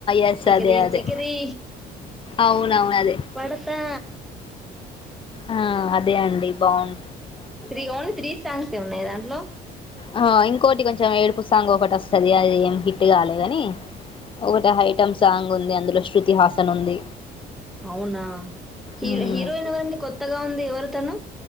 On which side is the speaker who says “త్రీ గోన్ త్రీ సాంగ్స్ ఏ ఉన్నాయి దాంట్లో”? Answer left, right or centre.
Centre